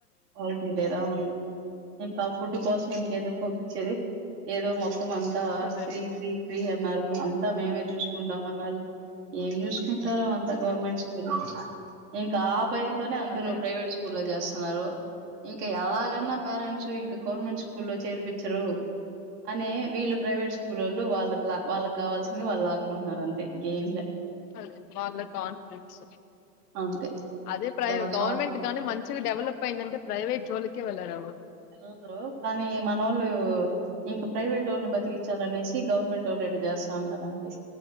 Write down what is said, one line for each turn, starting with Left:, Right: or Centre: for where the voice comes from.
Right: క్వాలిటీ లేదు అవును ఇంకా ఫుడ్ కోసం ఇంకెందుకు పంపించేది ఏదో మొత్తం మొత్తం అంతా
Left: అదే
Right: ఫ్రీ ఫ్రీ ఫ్రీ అన్నారు అంత మొత్తం మేమే చూసుకుంటాం అన్నారు ఏం చూసుకుంటారో అంత గవర్నమెంట్
Left: ఉమ్,
Right: స్కూల్ లో ఇంకా ఆ భయంతోనే అందరు
Left: అదే
Right: ప్రైవేట్ స్కూల్లో చేస్తున్నారు ఇంకా ఎలా ఈ తారాంశు ఇంకా గవర్నమెంట్ స్కూల్లో లో చేర్పించరు అనే వీళ్ళు ప్రైవేట్ స్కూల్లోలు వాళ్ళ క్లా వాళ్ళ కి కావాల్సింది వాళ్ళు లాక్కుంటున్నారు అంతే ఇంకేం లే
Left: అదే వాళ్లకు కాన్ఫరెన్స్
Right: అంతే.
Left: అదే ప్రై
Right: ఎవరి
Left: గవర్నమెంట్
Right: సార్లు
Left: గానీ మంచిగా డెవలప్ అయిందంటే ప్రైవేట్ జోలికే వెళ్లారు ఎవరు
Right: మనోళ్లు కానీ మన వాళ్ళు ఇంకా ప్రైవేట్ వాళ్ళని బతికిచ్చా అనేసి గవర్నమెంట్ వోళ్ళు అంట చేస్తా ఉంటారు అంతే